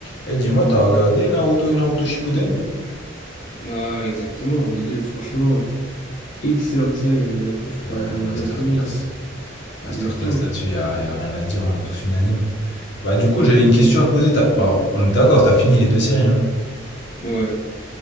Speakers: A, on the left (about 60°); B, on the left (about 40°).
A: Eh, dis-moi, t'as regardé Naruto et Naruto Shippuden?
B: Ah, exactement, les deux, franchement, excellente série, hein, d'ailleurs, que je peux
A: Ouais,
B: recommander
A: masterclass.
B: à tout le monde. hein.
A: Masterclass
B: Exactement.
A: là-dessus, y a, y a rien à dire, on est tous unanimes. Bah, du coup, j'avais une question à te poser. t'as- Bah, on est d'accord, t'as fini les deux séries, hein.
B: Ouais,